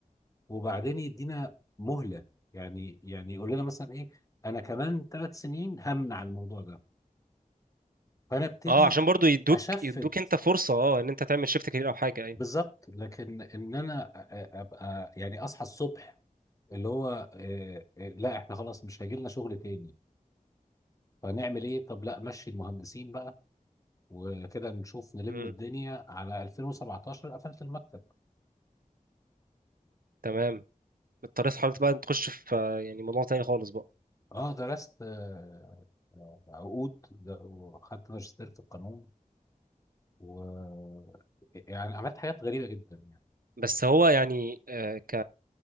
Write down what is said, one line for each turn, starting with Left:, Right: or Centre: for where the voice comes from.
Left: وبعدين يدينا مهلة يعني يعني يقول لنا مثلا ايه انا كمان ثلاث سنين همنع الموضوع ده فانا ابتدي
Right: اه عشان برضو يدوك
Left: اشفت
Right: يدوك انت فرصة اه ان انت تعمل شيفت كارير او حاجة ايوه
Left: بالظبط لكن ان انا أ- أ- ابقى يعني اصحى الصبح اللي هو آه، آه، لا احنا خلاص مش هيجي لنا شغل تاني فنعمل ايه طب لا مشي المهندسين بقى وكده نشوف نلم
Right: مم.
Left: الدنيا على 2017 قفلت المكتب
Right: تمام اضطريت حضرتك بقى تخش في آه، يعني موضوع تاني خالص بقى
Left: اه درست آه، آه، عقود ده- وخدت ماجستير في القانون و يعني عملت حاجات غريبة جدا يعني
Right: بس هو يعني آه ك...